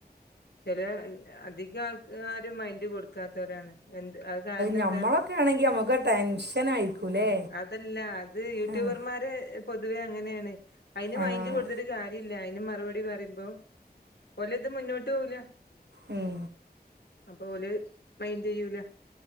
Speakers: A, on the left; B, on the right.
A: <unintelligible> അധികം ആൾക്കാരും മൈൻഡ് കൊടുക്കാത്തവരാണ്. എന്ത് അത് കാരണം
B: ഞമ്മളൊക്കെ
A: എന്താ
B: ആണെങ്കി നമ്മുക്ക് ടെൻഷനായിരിക്കൂല്ലേ
A: ഉം അതല്ല അത് യൂട്യൂബർമാരെ
B: ഉം
A: പൊതുവെ അങ്ങനേണ്. അയിന്
B: ആഹ്
A: മൈൻഡ് കൊടുത്തിട്ട് കാര്യല്ല. ഇല്ല അയ്ന് മറുപടി പറയുമ്പോ ഒലത് മുന്നോട്ട് പോവൂല
B: ഉം
A: അപ്പൊ ഓല് മൈൻ്റ് എയ്യൂല.